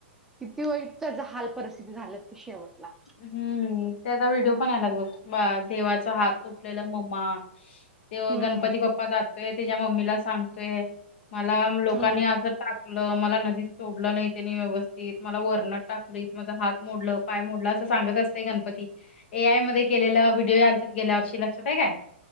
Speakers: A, in the centre; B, on the left (about 60°).
A: किती वाईट त्याचं हाल परिस्थिती झाल्यात शेवटला.
B: हम्म ते आता व्हिडिओ पण आल्यात बघं, देवाचा हात तुटलेला मम्मा ते
A: हम्म
B: गणपती बाप्पा जातोय त्याच्या मम्मीला सांगतोय मला लोकांनी
A: हम्म
B: असं टाक ल मला नदीत सोडलं नाही त्यांनी व्यवस्थित मला वरनं टाकलंय माझा हात मोडलं पाय मोडलं असं सांगत असतय गणपती. ए आय मध्ये केलेला व्हिडिओ आलतीत गेल्या वर्षी लक्षात आहे काय?